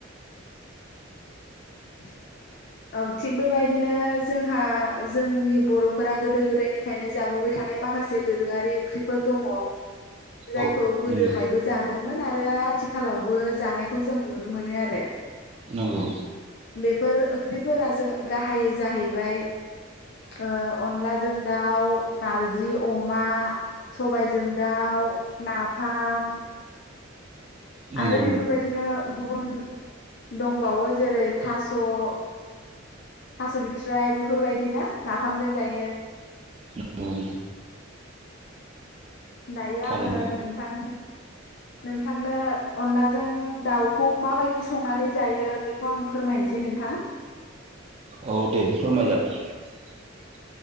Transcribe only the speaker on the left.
<inaudible> औ थिग बेबायदिनो जोंहा जोंनि बर'फोरा गोदो गोदायनिफ्रायनो जाबोबाय थादो । माखासे दोरोङारि ओंख्रिफोर दङ जायखौ
गोदहायबो
जादोंमोन आरो आरो आथिखालावबो जानायखौ जों नुनो मोनो आरो
बेफोर ओंख्रिफोरा जोंओ गाहाय जाहैबाय ओ अनलाजों दाउ, नारजि अमा, सबायजों दाउ, नाफाम
आरो बेफोरबायदिनो
गुबुन दंबावो जेरै थास थास बिथ्राइ बेफोरबायदिनो नाफामजों जायो।
दायो
आङो नोंथां नोंथांनो अनलाजों दाउखौ माबायदि संनानै जायो बेखौ आं फोरमायनोस से नोंथां